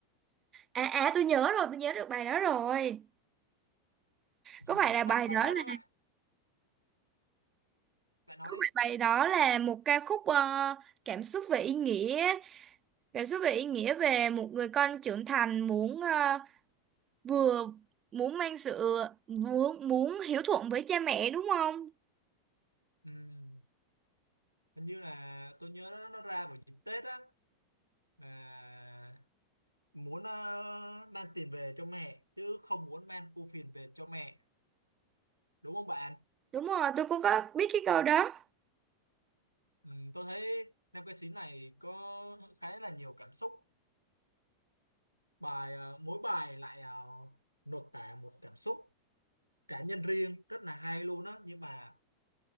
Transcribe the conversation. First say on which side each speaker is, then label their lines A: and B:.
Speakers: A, on the right (about 25°); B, on the right (about 85°).
A: à à tôi nhớ rồi tôi nhớ được bài đó rồi
B: <laughs>
A: có
B: ừ,
A: phải là bài
B: bài bài
A: đó
B: đó
A: là
B: nó lại lại nói
A: có
B: đấy
A: phải bài đó là một ca khúc ờ, cảm xúc về ý nghĩa cảm xúc về ý nghĩa về một người con trưởng thành muốn ờ, vừa muốn mang sự muốn muốn hiếu thuận với cha mẹ đúng không
B: ừ, hình như là tôi nhớ nó, nó ra vào dịp Tết á là muốn ờ, mang tiền về cho mẹ chứ không muốn mang ưu phiền về cho mẹ đúng không bạn
A: đúng rồi tôi cũng có biết cái câu đó
B: ừ, tôi thấy nam ca sĩ này có khá là nhiều cảm xúc bài ờ, mỗi bài lại ờ, nội tả một cảm xúc cá nhân riêng rất là hay luôn á nhưng mà